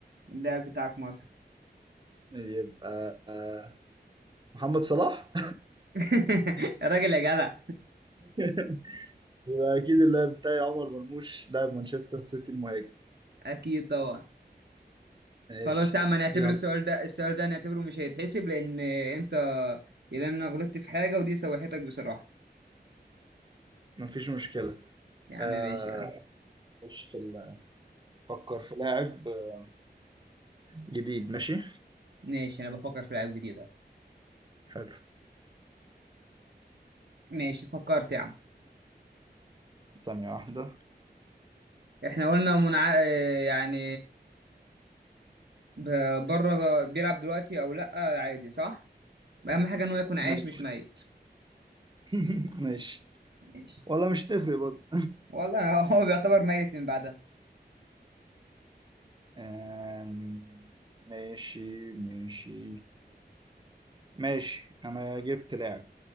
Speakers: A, on the right; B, on the right.
A: اللاعب بتاعك مصر
B: يبقى آه، محمد صلاح
A: <laughs> يا راجل يا جدع
B: <laughs> يبقى اكيد اللاعب بتاعي عمر مرموش لاعب مانشستر سيتي المهاجم
A: اكيد طبعا
B: ماشي
A: خلاص يا عم هنعتبر
B: يلا
A: السؤال ده السؤال ده هنعتبره مش هيتحسب لان انت لان انا غلطت في حاجه ودي سوحتك بصراحه
B: مفيش مشكلة
A: يا عم
B: آه،
A: ماشي يا عم
B: خش في ال- فكر في لاعب آه، جديد ماشي
A: ماشي انا بفكر في لعيب جديد أهو.
B: حلو
A: ماشي فكرت يا عم
B: ثانية واحدة
A: احنا قلنا منع... آه، يعني ب- بره بيلعب دلوقتي او لا عادي صح اهم حاجه انه يكون عايش
B: ماشي
A: مش ميت
B: <laughs> ماشي
A: ماشي
B: ولا مش تفرق برضه
A: والله <laughs> هو
B: <laughs>
A: بيعتبر ميت من بعدها
B: آم، ماشي ماشي ماشي انا جبت لاعب